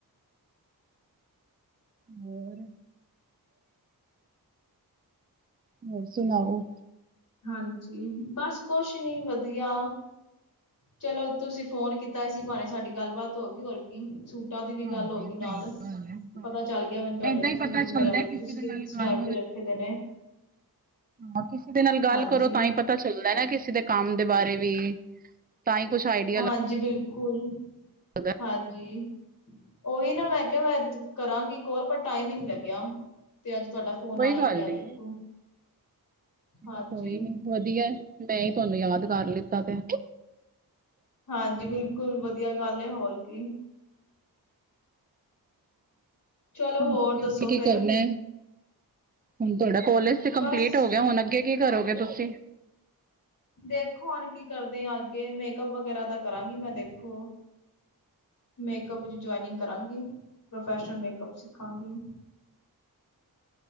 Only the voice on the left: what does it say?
ਹਾਂਜੀ ਬਸ ਕੁਛ ਨੀ ਵਧੀਆ ਚਲੋ ਤੁਸੀਂ ਫੋਨ ਕੀਤਾ ਸੀ ਇਸੀ ਬਾਨੇ ਸਾਡੀ ਗੱਲਬਾਤ ਹੋ ਗਈ ਹੋਰ ਸੂਟਾਂ ਦੀ ਵੀ
ਗੱਲ ਹੋ ਗਈ
ਨਾਲ
ਪਤਾ ਚੱਲ ਗਿਆ ਮੈਨੂੰ ਤੁਹਾਡੇ
ਸੂਟ ਵਗੈਰਾ
ਤੁਸੀਂ
ਸਕਿਪ
ਸਟਾਈਕ
ਤੇ ਰੱਖੇ ਦੇ ਨੇ।
ਹਾਂਜੀ,
ਹਾਂਜੀ ਬਿਲਕੁਲ,
ਹਾਂਜੀ ਔਈ ਨਾ ਮੈਂ ਮੈਂ ਕੇਹਾ ਮੈਂ ਕਰਾਂਗੀ ਕੋਲ ਪਰ ਟਾਈਮ ਹੀ ਨੀ ਲੱਗਿਆ ਤੇ ਅੱਜ ਤੁਹਾਡਾ ਫੋਨ
ਆ ਹੀ
ਗਿਆ
ਦੇਖੋ। ਹਾਂਜੀ
ਹਾਂਜੀ, ਬਿਲਕੁਲ ਵਧੀਆ ਗੱਲ ਏ ਹੋਰ ਕੀ। ਚਲੋ
ਹੋਰ
ਦੱਸੋ
ਫਿਰ
ਬਸ
ਦੇਖੋ ਹੁਣ ਕੀ ਕਰਦੇ ਆ ਅੱਗੇ ਮੇਕਅਪ ਵਗੈਰਾ ਦਾ ਕਰਾਂਗੀ ਮੈਂ ਦੇਖੋ। ਮੇਕਅਪ ਚ ਜੋਇਨਿੰਗ ਕਰਾਂਗੀ, ਪ੍ਰੋਫੈਸ਼ਨਲ ਮੇਕਅੱਪ ਸਿੱਖਾਂਗੀ।